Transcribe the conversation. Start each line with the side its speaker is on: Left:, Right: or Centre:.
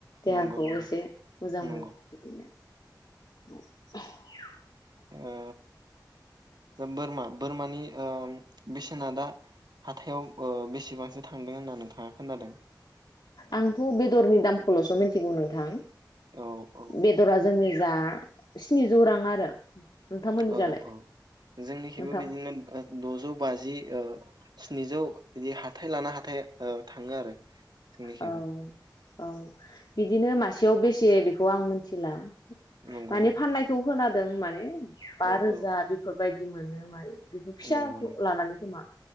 Left: देहाखौ
Right: नंगौ नंगौ
Left: एसे मोजां
Right: नंगौ
Left: मोनो बिदिनो <unintelligible>
Right: ओ दा बोरमा बोरमानि ओ बेसेना दा हाथायाव ओ बेसेबांसो थांदों होनना नोंथाङा खोनादों?
Left: आंथ' बेदरनि दामखौल'सो मिथिगौ नोंथां
Right: औ औ
Left: बेदरा जोंनि जा स्नि जौ रां आरो नोंथांमोननिजालाय
Right: औ औ जोंनिखिबो
Left: नोंथां
Right: बिदिनो द'जौ बाजि ओ स्निजौ बिदि हाथाय लाना हाथाय ओ थाङो आरो जोंनिखिबो
Left: औ औ बिदिनो मासेयाव बेसे बेखौ आं मोनथि थिला
Right: नंगौ
Left: माने
Right: नंगौ
Left: फाननायखौ खोना दों माने बा
Right: औ
Left: रोजा
Right: औ
Left: बेफोरबायदि मोनो मायो बेफोर फिसाखौ
Right: नंगौ नंगौ
Left: लानानै खोमा